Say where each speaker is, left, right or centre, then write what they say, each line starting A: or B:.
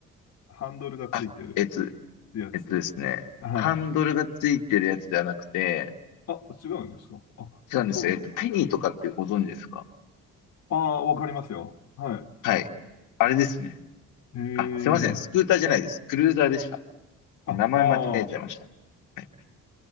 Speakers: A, on the left; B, on the left.
A: ハンドルがついてる
B: あ、えつ、
A: やつですよね。
B: えっとですね、
A: はい。
B: ハンドルがついてるやつではなくて、
A: あ、違うんですかあ、
B: 違うんですよ。
A: そうなんだ。
B: えっと、ペニーとかってご存知ですか
A: ああ、わかりますよ。はい。
B: はい。あれですね。
A: へえ、
B: あ、すいません。スクーターじゃないです。クルーザーでした。
A: あ、
B: 名前間違えちゃいました。
A: ああ、
B: はい。